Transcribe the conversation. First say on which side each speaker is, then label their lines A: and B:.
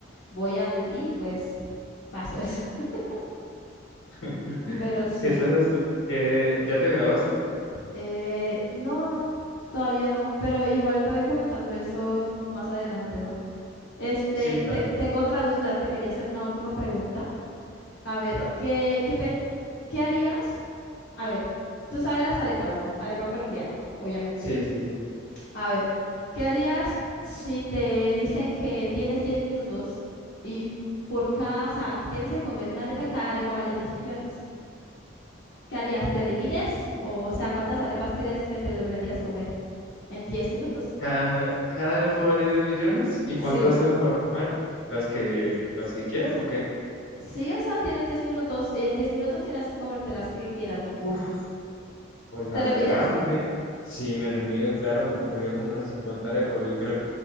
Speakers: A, on the left (about 70°); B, on the left (about 85°).
A: voy a de ti y pues pasó eso. <laughs>
B: Mm.
A: Pero sí,
B: ¿Qué estás estu- qué- ¿Ya te graduaste?
A: eh, no, no, todavía no, pero igual te voy comentando eso más adelante, ¿va? Este,
B: Sí, claro,
A: te- tengo otra duda, te quería hacer una última pregunta. A ver,
B: dale.
A: ¿qué, qué, pe- qué harías? A ver, tú sabes las arepas, ¿no? Arepa colombiana, obviamente.
B: Sí, sí, sí.
A: A ver, ¿qué harías si te dicen que tienes 10 minutos y por cada, o sea, te tienes que comer una arepa y cada arepa vale 10 millones? ¿Qué harías? ¿Te le mides? O, o sea, ¿cuántas arepas crees que te lograrías comer en 10 minutos?
B: Cada, cada arepa vale 10 millones. ¿Y
A: Sí.
B: cuántas tengo para comer? ¿Las que, las que quiera o qué?
A: Sí, o sea, tienes 10 minutos. En 10 minutos tienes que comerte las que quieras, ¿no?
B: Uf, pues la
A: ¿Te
B: verdad,
A: le mides?
B: a mí me, si me lo mido, claro, me comería como unas 50 arepas, yo creo.